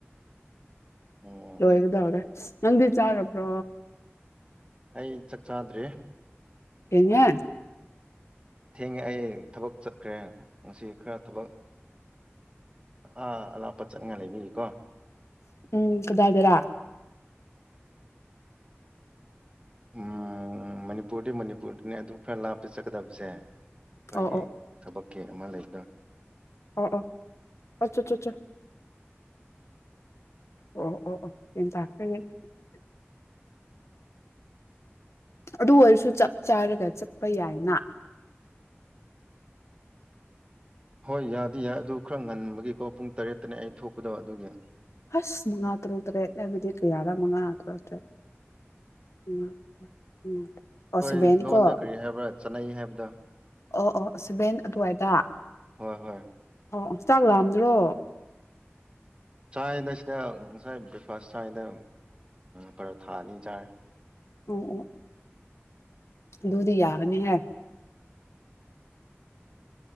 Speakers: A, on the right (about 25°); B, on the left (about 85°).
A: ꯑꯣ
B: ꯂꯣꯣꯏꯒꯗ ꯍꯧꯅ ꯅ ꯆꯥꯔꯄ꯭ꯔ
A: ꯑꯩ ꯆꯥꯛ ꯆꯥꯗ꯭꯭ꯔꯔꯤ
B: ꯊꯉ
A: ꯊꯦꯡꯉꯦ ꯑꯩ ꯊꯕꯛ ꯆꯠꯈ꯭ꯔꯦ ꯉꯁꯤ ꯈꯔ ꯊꯕꯛ ꯑ ꯑꯂꯥꯞꯄ ꯆꯠꯅꯤꯡꯉꯥꯏ ꯂꯩꯕꯤꯒꯤꯀꯣ
B: ꯎꯝ ꯀꯗꯥꯗꯔꯥ
A: ꯎꯝ ꯃꯅꯤ ꯃꯅꯤꯄꯨꯔꯗꯤ ꯃꯅꯤꯄꯨꯔꯗꯅꯦ ꯑꯗꯨꯝ ꯈꯔ ꯂꯥꯞꯄꯦ ꯆꯠꯀꯗꯕꯁꯦ ꯑꯩꯈꯣꯏꯒꯤ
B: ꯑꯣ
A: ꯊꯕꯛꯀꯤ ꯀꯃ ꯂꯩꯇ
B: ꯑ ꯑ ꯑꯆꯥ ꯑꯠꯆꯥ ꯑꯆꯥ ꯑꯣ ꯑꯣ ꯑꯣ ꯌꯦꯟ ꯆꯥꯛꯇ꯭ꯔ ꯑꯗꯨ ꯑꯣꯏꯔꯁꯨ ꯆꯞ ꯆꯥꯔꯒ ꯆꯠꯄ ꯌꯥꯏꯅ
A: ꯍꯣꯏ ꯌꯥꯗꯤ ꯌꯥꯏ ꯑꯗꯨ ꯈꯔ ꯉꯟꯕꯒꯤꯀꯣ ꯄꯨꯡ ꯇꯔꯦꯠꯇꯅꯦ ꯑꯩ ꯊꯣꯛꯄꯗꯕ ꯑꯗꯨꯒꯤ
B: ꯑꯁ ꯃꯉꯥ ꯇꯔꯨ ꯇꯔꯦꯠ ꯍꯥꯏꯕꯗꯤ ꯀꯌꯥꯅꯥ ꯃꯉꯥ ꯇꯔꯨ ꯇꯔꯦꯠ ꯎ ꯎꯝ ꯑꯣ
A: ꯍꯣꯏ
B: ꯁꯚꯦꯟ
A: ꯂꯣꯟꯗ
B: ꯀꯣ
A: ꯀꯔꯤ ꯍꯥꯏꯕ꯭ꯔꯥ ꯆꯠꯅꯩ ꯍꯥꯏꯕꯗ
B: ꯑꯣ ꯑꯣ ꯁꯚꯦꯟ ꯑꯗꯨꯋꯥꯏꯗ
A: ꯍꯣꯏ ꯍꯣꯏ
B: ꯑꯣ ꯆꯥꯛ ꯂꯥꯛꯑꯝꯗ꯭ꯔꯣ
A: ꯆꯥꯏꯗꯁꯤꯗ ꯉꯁꯥꯏ ꯕ꯭ꯔꯦꯛꯐꯥꯁ ꯆꯥꯗ ꯄꯨꯔꯥ ꯊꯥ ꯑꯅꯤ ꯆꯥꯔꯦ
B: ꯑꯣꯝ ꯎ ꯑꯗꯨꯗꯨꯗꯤ ꯌꯥꯒꯅꯤ ꯍꯥꯏ